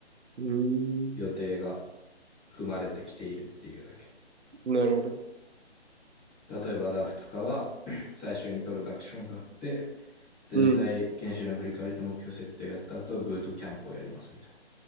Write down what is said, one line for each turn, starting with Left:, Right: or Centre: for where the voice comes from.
Right: うーん、
Centre: 予定が組まれてきているっていうだけ。
Right: なるほど。
Centre: 例えば、だ、2日は、<clears throat> 最初イントロダクションがあって、全体研修の振り返りと目標設定をやった後、
Right: うん。
Centre: ブートキャンプをやりますみたい